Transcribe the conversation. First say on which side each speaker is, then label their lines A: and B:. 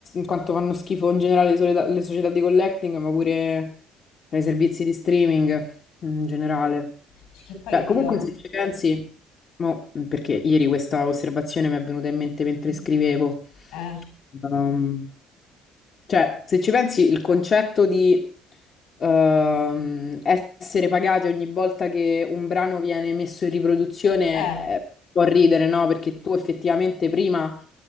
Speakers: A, on the left (about 45°); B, on the left (about 85°).
A: quanto fanno schifo in generale le, soleta- le società di collecting, ma pure eh, i servizi di streaming in generale.
B: Cioè, che poi,
A: Cioè,
B: capito?
A: comunque se ci pensi, mo, mm, perché ieri questa osservazione mi è venuta in mente mentre scrivevo,
B: Eh,
A: ehm, cioè se ci pensi il concetto di ehm, essere pagati ogni volta che un brano viene messo in riproduzione
B: eh,
A: eh, può ridere, no? Perché tu effettivamente prima,